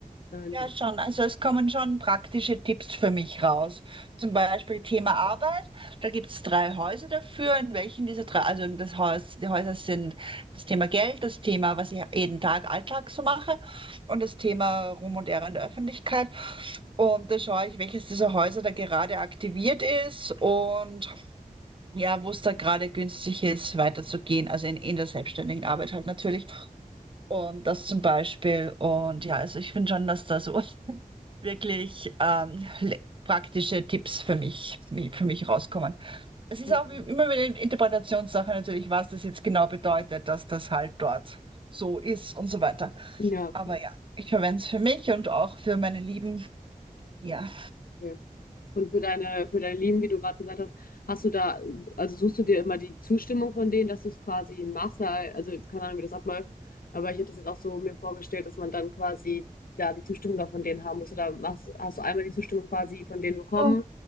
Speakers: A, on the left (about 80°); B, on the right (about 35°).
A: in,
B: Ja, schon. Also es kommen schon praktische Tipps für mich raus. Zum Beispiel Thema Arbeit. Da gibt es drei Häuser dafür, in welchen diese drei, also das Haus, die Häuser sind das Thema Geld, das Thema, was ich jeden Tag Alltag so mache und das Thema Ruhm und Ehre in der Öffentlichkeit. Und da schaue ich, welches dieser Häuser da gerade aktiviert ist und ja, wo es da gerade günstig ist, weiterzugehen. Also in, in der selbstständigen Arbeit halt natürlich. Und das zum Beispiel. Und ja, also ich finde schon, dass da so <laughs> wirklich ähm, le- praktische Tipps für mich, für mich rauskommen. Es ist
A: in
B: auch immer wieder eine Interpretationssache natürlich, was das jetzt genau bedeutet, dass das halt dort so ist und so weiter.
A: ja,
B: Aber ja, ich verwende es für mich und auch für meine Lieben. Ja.
A: okay. Und für deine, für dein Leben, wie du gerade gesagt hast, hast du da, also suchst du dir immer die Zustimmung von denen, dass du es quasi machst, weil- also keine Ahnung, wie das abläuft, aber ich hätte das jetzt auch so mir vorgestellt, dass man dann quasi da die Zustimmung da von denen haben muss oder machst, hast du einmal die Zustimmung quasi von denen bekommen
B: So,